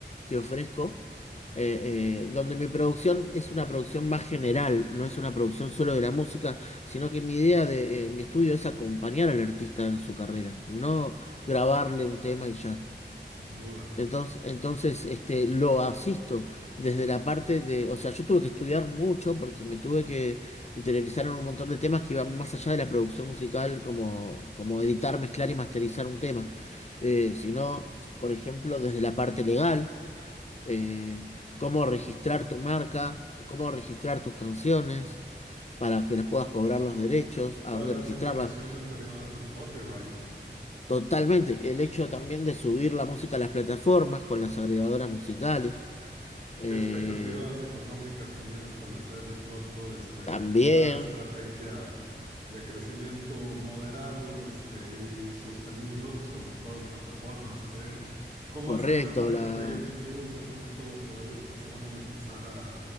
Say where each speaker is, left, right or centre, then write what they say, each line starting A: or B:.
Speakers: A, on the left; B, on the right.
A: que ofrezco, eh, eh, donde mi producción es una producción más general, no es una producción solo de la música, sino que mi idea de eh, mi estudio es acompañar al artista en su carrera, no grabarle un tema y ya.
B: sin duda.
A: Entonces, entonces este, lo asisto desde la parte de, o sea, yo tuve que estudiar mucho porque me tuve que interiorizar en un montón de temas que iban más allá de la producción musical, como, como editar, mezclar y masterizar un tema, Eh, sino, por ejemplo, desde la parte legal, eh, cómo registrar tu marca, cómo registrar tus canciones para que las puedas cobrar los derechos, a
B: Todas
A: dónde
B: las
A: registrarlas.
B: implicaciones derivadas del copyright.
A: Totalmente, el hecho también de subir la música a las plataformas con las agregadoras musicales. Eh,
B: qué expectativas económicas también establecer de pronto este,
A: también,
B: en una estrategia de crecimiento moderado este, y, y sostenido, sobre todo en plataformas. O sea, ¿cómo
A: correcto.
B: hacerle para
A: La...
B: que pegue en YouTube, de pronto poder empezar a monetizar a